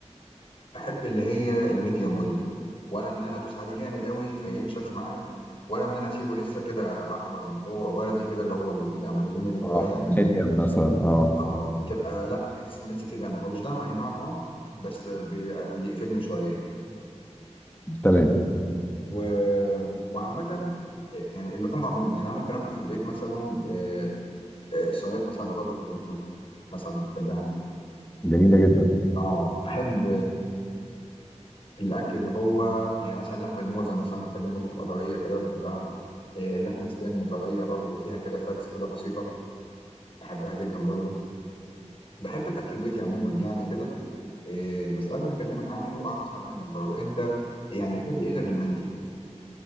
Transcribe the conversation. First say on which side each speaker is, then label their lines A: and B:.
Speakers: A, on the left; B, on the left.
A: احب اللي هي الميديم ويل ولا ان انا ادوس عليه جامد قوي فينشف معايا ولا ان انا اسيبه لسه كده احمر من جوه وردي كده اللي هو الهيموجلوبين اللي جواه
B: اه
A: يعني
B: ميديم مثلا اه
A: اه بتبقى لا بتحس ان لسه في دم هو مش دم اي نعم اه بس بيبقى بيقفلني شويه يعني
B: تمام
A: و... وعامه آه، يعني اللحوم عموما يعني انا ممكن اكل في البيت مثلا آه، آه، صينيه مثلا بطاطس باللحمه مثلا بحبها
B: جميله جدا
A: اه آه، احب الاكل اللي هو يعني مثلا لحم الموزه مثلا بحب الموزه تبقى طريه كده بحبها إيه، اللحمه السن طريه برضو فيها كده فاتس كده بسيطه بحبها جدا برضو بحب الاكل البيتي عموما يعني كده إيه، بس قبل ما اكلمك عنه اقعد اسمع منك برضو انت يعني بتحب ايه غير المندي